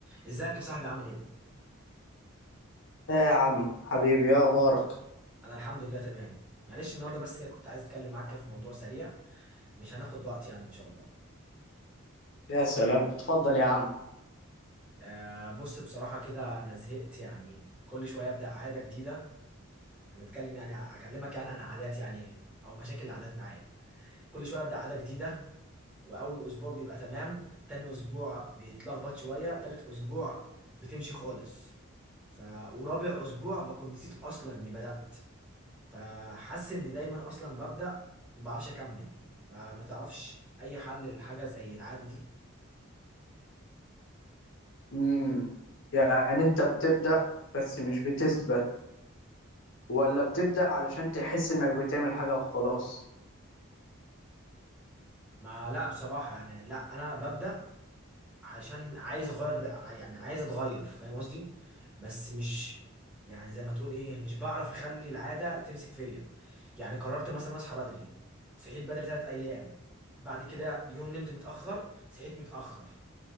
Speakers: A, in the centre; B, on the left.
A: ازيك يا صاحبي عامل ايه؟
B: يا عم حبيبي يا اخبارك
A: انا الحمد لله تمام معلش النهارده بس كده كنت عايز اتكلم معاك كده في موضوع سريع مش هناخد وقت يعني ان شاء الله
B: يا سلام اتفضل يا عم
A: آه بص بصراحه كده انا زهقت يعني كل شويه ابدا عاده جديده هنتكلم يعني اكلمك يعني عن عادات يعني او مشاكل العادات معايا كل شويه ابدا عاده جديده واول اسبوع بيبقى تمام تاني اسبوع بيتلخبط شويه تالت اسبوع بتمشي خالص ف ورابع اسبوع بكون نسيت اصلا اني بدات فحاسس اني دايما اصلا ببدأ وما بعرفش اكمل ما ما تعرفش اي حل للحاجة زي العادة دي
B: امم يعني انت بتبدأ بس مش بتثبت ولا بتبدأ علشان تحس انك بتعمل حاجة وخلاص
A: ما لا بصراحة يعني لا انا ببدأ عشان عايز اغير ب... يعني عايز اتغير فاهم قصدي بس مش يعني زي ما تقول ايه مش بعرف اخلي العادة تمسك فيا يعني قررت مثلا اصحى بدري صحيت بدري ثلاث ايام بعد كده يوم نمت متأخر صحيت متأخر